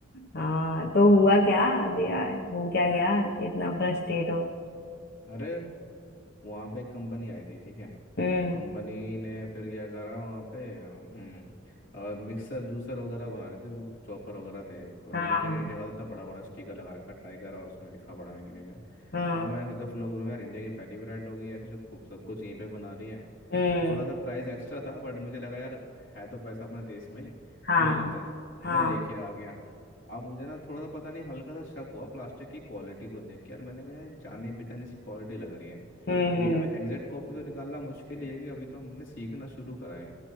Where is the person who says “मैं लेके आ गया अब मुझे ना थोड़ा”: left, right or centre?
Left